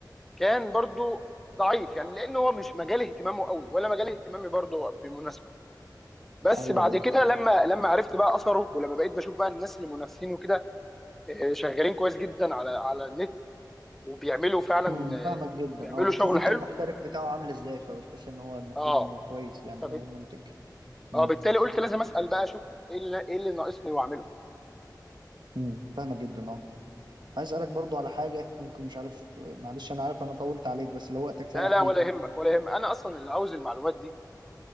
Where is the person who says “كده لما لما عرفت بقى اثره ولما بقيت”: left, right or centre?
Centre